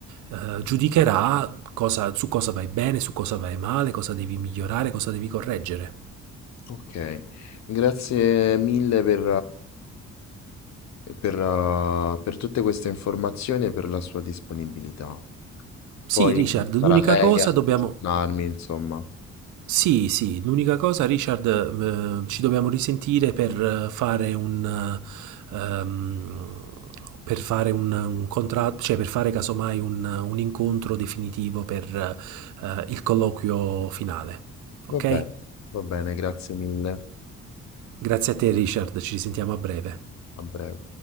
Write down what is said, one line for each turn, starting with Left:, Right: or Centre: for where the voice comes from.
Right: eh, giudicherà cosa- su cosa vai bene, su cosa vai male, cosa devi migliorare, cosa devi correggere.
Left: Ok, grazie mille per, eh, per, eh, per tutte queste informazioni e per la sua disponibilità.
Right: Sì,
Left: Poi
Right: Richard, l'unica
Left: sarà lei
Right: cosa
Left: a aggiornarmi,
Right: dobbiamo...
Left: insomma.
Right: Sì, sì, l'unica cosa, Richard, ehm, ci dobbiamo risentire per eh, fare un, eh, ehm, per fare un, un contratto, cioè per fare casomai un, un incontro definitivo per eh, il colloquio finale. Ok?
Left: Va bene, va bene, grazie mille.
Right: Grazie a te, Richard, ci risentiamo a breve.
Left: A breve.